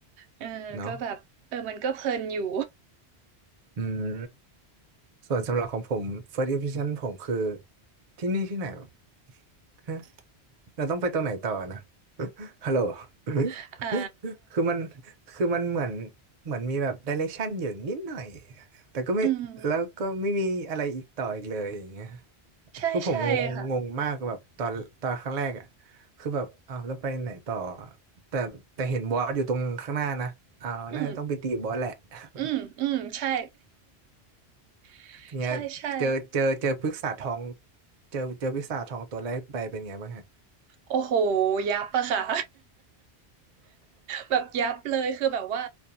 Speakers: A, on the right (about 90°); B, on the right (about 45°).
A: เออก็แบบเออมันก็เพลินอยู่
B: เนาะอืม ส่วนสำหรับของผม first impression ผมคือที่นี่ที่ไหนวะฮะเราต้องไปตรงไหนต่อนะ <laughs> ฮัลโหล
A: <laughs>
B: <laughs>
A: อ่า
B: คือมัน คือมันเหมือนเหมือนมีแบบ direction อยู่นิดหน่อย แต่ก็ไม่
A: อืม
B: แล้วก็ไม่มีอะไรอีกต่ออีกเลยอย่างเงี้ย
A: ใช่ใช่ค่ะ
B: คือผมงงงงมากแบบตอนตอนครั้งแรกอ่ะคือแบบอ้าวแล้วไปไหนต่อ แต่แต่เห็นบอสอยู่ตรงข้างหน้านะอ้าวน่าจะต้องไปตีบอสแหละ
A: อืมอืมอืมใช่
B: <laughs>
A: <laughs>
B: เนี่ยเจอเจอเจอพฤกษาทอง
A: ใช่ใช่
B: เจอเจอพฤกษาทองตัวแรกไปเป็นไงบ้างฮะ
A: โอ้โหยับอะค่ะ แบบยับเลยคือแบบว่า